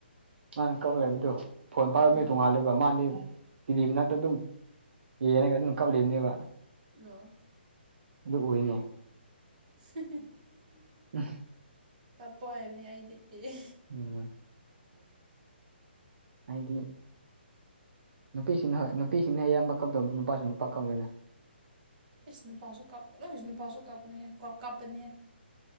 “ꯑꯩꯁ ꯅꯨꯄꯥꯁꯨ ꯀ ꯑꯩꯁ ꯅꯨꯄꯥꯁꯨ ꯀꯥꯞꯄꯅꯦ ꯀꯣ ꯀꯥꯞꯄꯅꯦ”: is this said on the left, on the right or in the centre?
Right